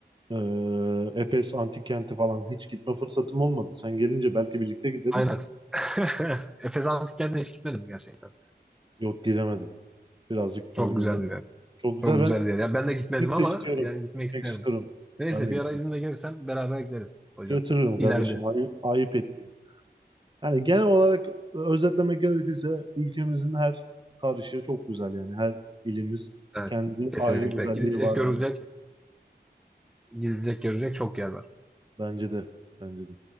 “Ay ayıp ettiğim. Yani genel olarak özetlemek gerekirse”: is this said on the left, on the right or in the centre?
Right